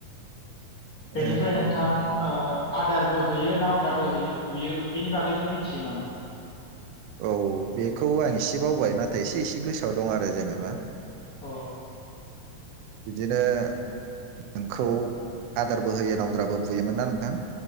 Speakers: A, on the left; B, on the right.
A: बेनिफ्राय
B: ओ
A: नोंथां ओ आदारबो होयो नावद्राबो होयो बुयो बेनि बागैबो मिथियो नामा?
B: औ बेखौ आं इसे बावबाय नाथाय एसे एसे गोसोआव दं आरो जेनेबा
A: अ।
B: बिदिनो नोंखौ आदारबो होयो नावद्राबो बुयोमोन ना नोंथां।